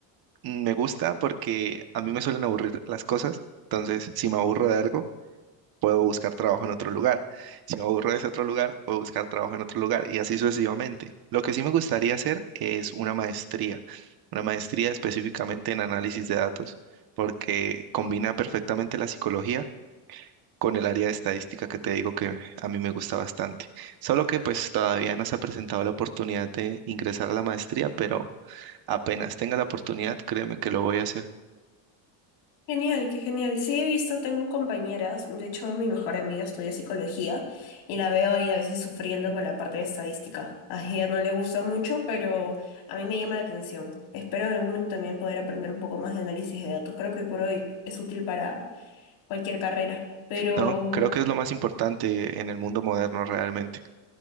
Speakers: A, on the right; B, on the left.
A: mm, me gusta porque a mí me suelen aburrir las cosas. Entonces, si me aburro de algo, puedo buscar trabajo en otro lugar. Si me aburro de ese otro lugar, puedo buscar trabajo en otro lugar y así sucesivamente. Lo que sí me gustaría hacer es una maestría, una maestría específicamente en análisis de datos, porque combina perfectamente la psicología con el área de estadística que te digo que a mí me gusta bastante. Solo que pues todavía no se ha presentado la oportunidad de ingresar a la maestría, pero apenas tenga la oportunidad, créeme que lo voy a hacer.
B: Genial, qué genial. Sí, he visto, tengo compañeras, de hecho mi mejor amiga estudia psicología y la veo ahí a veces sufriendo con la parte de estadística. A ella no le gusta mucho, pero a mí me llama la atención. Espero en algún momento también poder aprender un poco más de análisis de datos. Creo que hoy por hoy es útil para cualquier carrera. Pero
A: No, creo que es lo más importante en el mundo moderno realmente.